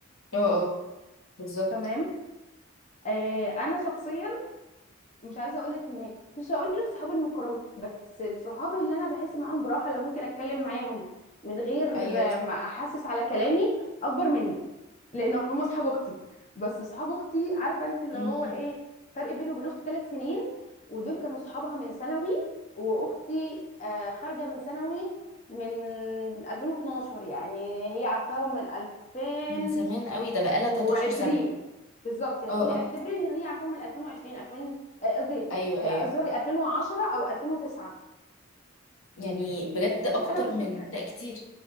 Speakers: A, on the left; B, on the left.
A: اه اه بالظبط
B: تمام آه انا شخصيا مش عايزه اقول لك ان مش هقول لك صحابي المقربين بس الصحاب اللي انا بحس معاهم براحه لو ممكن اتكلم معاهم من غير
A: ايوه
B: ما احسس على كلامي اكبر مني لان هم اصحاب اختي بس اصحاب اختي عارفه انت اللي
A: مم.
B: هو ايه فرق بيني وبين اختي ثلاث سنين ودول كانوا صحابها من ثانوي واختي آه، خارجه من ثانوي من 2012 يعني هي عارفاهم من 2000
A: من زمان قوي ده بقالها
B: و20
A: 13 سنة
B: بالظبط يعني
A: اه
B: قولي
A: اه
B: اعتبري ان هي عارفه من 2020 2000 آه، قصدي
A: ايوه
B: آه، اعذري
A: ايوه
B: 2010 او 2009
A: يعني بجد اكتر
B: فانا كنت
A: من
B: في
A: لا كتير